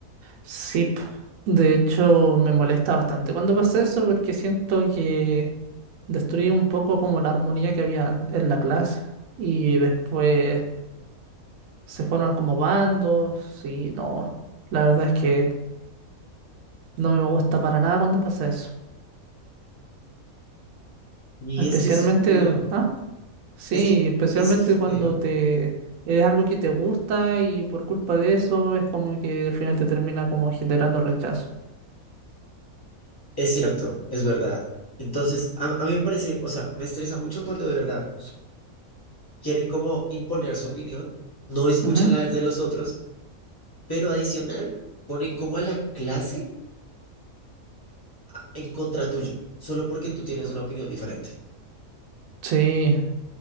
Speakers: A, on the right (about 70°); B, on the left (about 25°).
A: Sí, p- de hecho me molesta bastante cuando pasa eso porque siento que destruye un poco como la armonía que había an- en la clase y después se forman como bandos y no, la verdad es que no me gusta para nada cuando pasa eso.
B: Y
A: Especialmente,
B: es que es feo.
A: ah, sí,
B: Es que
A: especialmente
B: es
A: cuando
B: feo.
A: te es algo que te gusta y por culpa de eso es como que al final te termina como generando rechazo.
B: Es cierto, es verdad. Entonces, a, a mí me parece, o sea, me estresa mucho cuando de verdad quieren como imponer su opinión, no escuchan
A: Ujú.
B: la de los otros, pero adicional ponen como a la clase a- en contra tuyo, solo porque tú tienes una opinión diferente.
A: Sí,